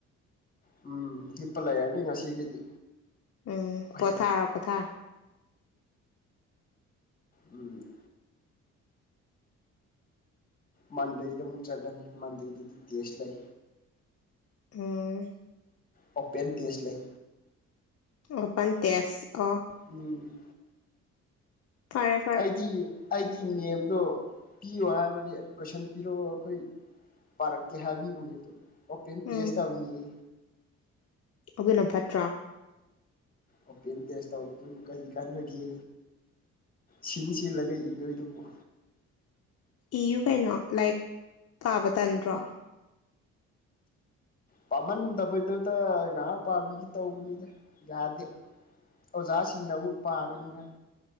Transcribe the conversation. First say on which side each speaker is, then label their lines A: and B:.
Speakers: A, on the left; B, on the left.
A: ꯎꯝ ꯍꯤꯞꯄ ꯂꯩꯔꯥꯅꯤ ꯉꯁꯤꯒꯤꯗꯤ
B: ꯎꯝ
A: ꯎꯄꯥꯏ
B: ꯄꯣꯊꯥꯔꯣ
A: ꯂꯩꯇ꯭ꯔꯦ
B: ꯄꯣꯊꯥꯔꯣ
A: ꯎꯝ꯫ ꯃꯟꯗꯦꯗ ꯑꯃꯨꯛ ꯆꯠꯂꯅꯤ ꯃꯟꯗꯦꯗꯗꯤ ꯇꯦꯁ꯭ꯠ ꯂꯩ꯫
B: ꯎꯝ꯫
A: ꯑꯣꯄꯦꯟ ꯇꯦꯁ꯭ꯠ ꯂꯩ
B: ꯑꯣꯄꯥꯟ ꯇꯦꯁ꯭ꯠ ꯑꯣ
A: ꯎꯝ꯫
B: <unintelligible>
A: ꯑꯩꯗꯤ ꯑꯩꯗꯤ ꯃꯦꯝꯗꯣ ꯄꯤꯌꯣ ꯍꯥꯏꯕꯅꯦ ꯀꯣꯏꯁꯟ ꯄꯤꯔꯛꯑꯣ ꯑꯈꯣꯏ ꯄꯥꯔꯛꯀꯦ ꯍꯥꯏꯕꯤꯕꯅꯦ ꯑꯗꯨ ꯑꯣꯄꯦꯟ
B: ꯎꯝ
A: ꯇꯦꯁ ꯇꯧꯅꯤꯌꯦ
B: ꯑꯗꯨꯅ ꯐꯠꯇ꯭ꯔꯥ
A: ꯑꯣꯄꯦꯟ ꯇꯦꯁ ꯇꯧꯕꯗꯨꯕꯨ ꯀꯩ ꯀꯥꯟꯅꯒꯦ ꯁꯤꯟ ꯁꯤꯜꯂꯒ ꯏꯗꯣꯏꯗꯨꯕꯨ
B: ꯏꯌꯨ ꯀꯩꯅꯣ ꯂꯥꯏꯛ ꯄꯥꯕ ꯇꯟꯗ꯭ꯔꯣ
A: ꯄꯃꯟꯗꯕꯗꯨꯗ ꯉꯥꯏꯍꯛ ꯄꯕꯤꯒꯦ ꯇꯧꯕꯅꯤꯗ ꯌꯗꯦ ꯑꯣꯖꯥꯁꯤꯡꯅ ꯑꯃꯨꯛ ꯄꯒꯅꯨ ꯍꯥꯏ